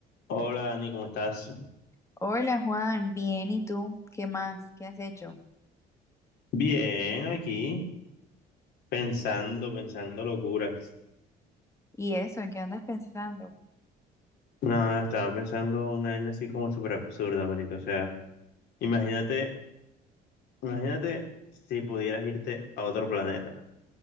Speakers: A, on the left; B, on the left.
A: Hola Dani, ¿cómo estás?
B: Hola Juan, bien, ¿y tú? ¿Qué más? ¿Qué has hecho?
A: Bien, aquí pensando, pensando locuras.
B: ¿Y eso? ¿En qué andas pensando?
A: Nada, estaba pensando una vaina así como súper absurda, marica. O sea, imagínate, imagínate si pudieras irte a otro planeta.